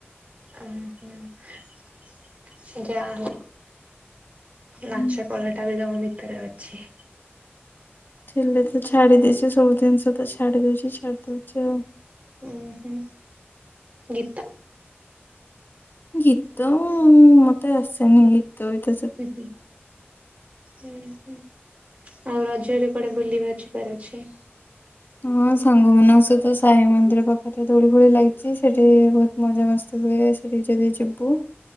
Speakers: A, on the right (about 35°); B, on the left (about 50°).
A: ଓ ହ ଯାହା ହଉ।
B: ହୁଁ
A: ନାଚ କଳା ଟା ବି ତମ ଭିତରେ ଅଛି।
B: ଥିଲେ ତ ଛାଡି ଦେଇଛି ସବୁ ଜିନିଷ ତ ଛାଡି ଦଉଛି ଛାଡି ଦଉଛି ଆଉ।
A: ଉ ହୁଁ ଗୀତ।
B: ଗୀତ ମତେ ଆସେନି ଗୀତ ବି ତ।
A: ହୁଁ ହୁଁ। ହୁଁ ହୁଁ, ଆଉ ରଜରେ କୁଆଡେ ବୁଲି ବା ଜୀବାର ଅଛି?
B: ହଁ ସାଙ୍ଗମାନଙ୍କ ସହିତ ସାଇ ମନ୍ଦିର ପାଖରେ ଦୋଳି ଫୋଳି ଲାଗିଛି ସେଠି ମଜା ମସ୍ତି ହୁଏ ସେଠି ଯଦି ଯିବୁ।